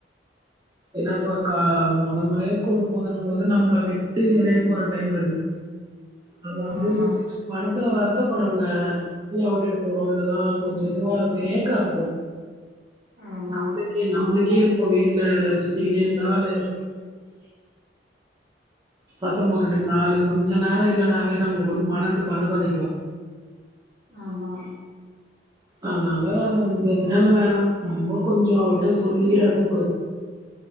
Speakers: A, on the right; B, on the right.
A: என்னாப்ப கா முத முறையா ஸ்கூலுக்கு போதனும் போது நம்மள மிரி ட்டி எடய போற டைம் அது அப்ப வந்து
B: ஆமா
A: மனசுல வருத்தப்படுங்க ஏ ஓட்டிட்டு போறோ இதெல்லா கொஞ்சோ இதுவா இருக்கு கொய்யஏக்கா இருக்கு
B: ஆமா
A: நம்ளுக்கே நம்ளுக்கே இருக்கு வீட்ல சுத்திகினெ இருந்த ஆளு
B: <inaudible>
A: சத்தம் போட்டுட்டு இருநாலு கொஞ்சோ நேர இல்லனாவே நம்மளுக்கு ஒரு மனசு பத பதைக்கு
B: ஆமா
A: அதனால இந்த வேலை வேண நம கொஞ்சோ அவள்ட சொல்லியே அனுப்பு